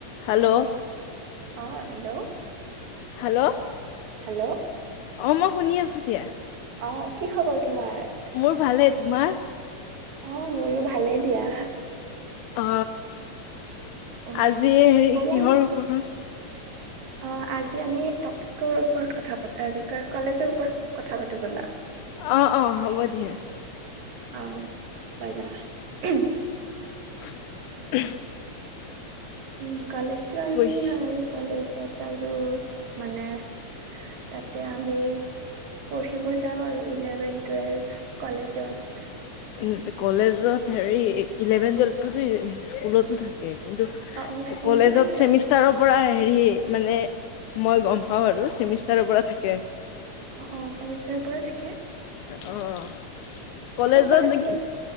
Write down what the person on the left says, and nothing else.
Hello.
Hello.
অ মই শুনি আছো দিয়া।
মোৰ ভালে তোমাৰ?
অ।
আজি হেৰি
কিহৰ ওপৰত
অ -অ, হ'ব দিয়া।
<unintelligible>
কৈছ
উম, কলেজত হেৰি, ইলেভেন টুৱেল্ভতোটো স্কুলতো থাকে। কিন্তু
কলেজত
ছেমিষ্টাৰ পৰা হেৰি মানে মই গম পাও আৰু চেমিষ্টাৰৰ পৰা থাকে।
অ।
<unintelligible>